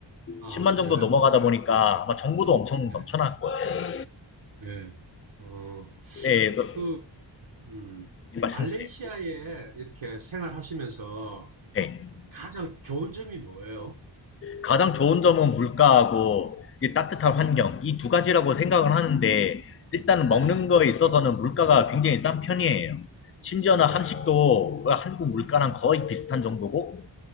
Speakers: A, on the right (about 85°); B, on the left (about 30°).
A: 아,
B: 10만
A: 그래요?
B: 정도 넘어가다 보니까 아마 정보도 엄청
A: 예.
B: 넘쳐날 거예요.
A: 네. 어,
B: 네, 그,
A: 그, 음,
B: 말씀
A: 말레이시아에
B: 주세요.
A: 이렇게 생활하시면서
B: 네.
A: 가장 좋은 점이 뭐예요?
B: 가장 좋은 점은 물가하고 이 따뜻한 환경,
A: 네,
B: 이 두 가지라고 생각을 하는데, 일단
A: 네,
B: 먹는 거에 있어서는 물가가 굉장히 싼 편이에요. 심지어는
A: 네,
B: 한식도 한국 물가랑 거의 비슷한 정도고,